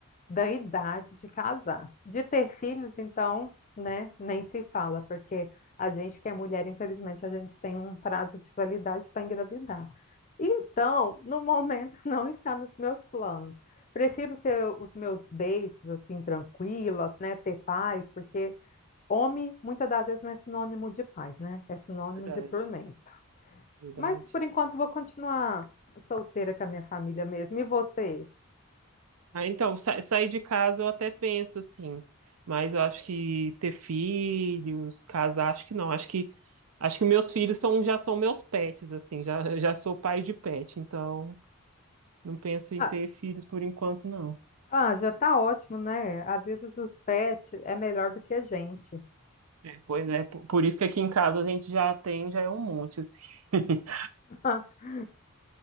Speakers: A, on the left (about 35°); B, on the right (about 75°).
A: da idade de casar. De ter filhos, então, né, nem se fala, porque a gente que é mulher, infelizmente, a gente tem um prazo de validade para engravidar. Então, no momento, <laughs> não está nos meus planos. Prefiro ter os meus dates, assim, tranquilos, né, ter paz, porque homem, muitas das vezes, não é sinônimo de paz, né? É sinônimo
B: Verdade,
A: de tormento.
B: verdade.
A: Mas, por enquanto, vou continuar solteira com a minha família mesmo. E você?
B: Ah, então, sa- sair de casa eu até penso assim, mas eu acho que ter filhos, casar, acho que não. Acho que acho que meus filhos são já são meus pets assim, já <laughs> já sou pai de pet, então Não penso em
A: Ah,
B: ter filhos por enquanto, não.
A: Ah, já tá ótimo, né? Às vezes os pets é melhor do que a gente.
B: É, Pois é, po- por isso que aqui em casa a gente já tem, já é um monte, assim. <laughs>
A: <laughs>